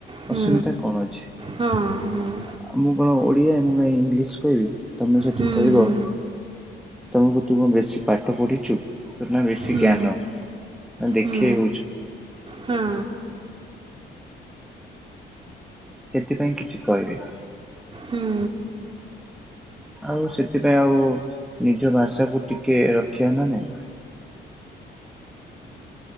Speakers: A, on the right (about 25°); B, in the centre.
A: ହୁଁ
B: ଅସୁବିଧା କଣ ଅଛି?
A: ହଁ ହଁ।
B: ଆଉ ମୁଁ କଣ ଓଡିଆ ମୁଁ ଇଂଲିଶ କହିବି ତମେ ସେଠି
A: ହୁଁ
B: କହିବ
A: ହୁଁ
B: ତମେ କୋଉଥିବ ବେଶୀ ପାଠ ପଢିଚୁ ତୋରନା ବେଶୀ
A: ହୁଁ
B: ଜ୍ଞାନ। ନା ଦେଖେଇ
A: ହୁଁ
B: ହଉଛୁ।
A: ହଁ
B: ସେଥିପାଇଁ କିଛି କହିବେ।
A: ହୁଁ ହୁଁ
B: ଆଉ ସେଥିପାଇଁ ଆଉ ନିଜ ଭାଷାକୁ ଟିକେ ରଖିବା ନା ନାଇଁ।